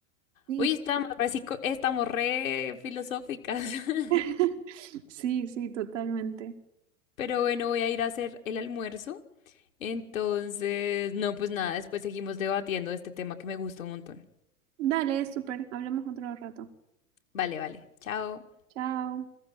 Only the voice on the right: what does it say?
Sí,
sí,
<laughs> sí, sí, totalmente.
Dale, súper, hablamos otro rato.
Chao.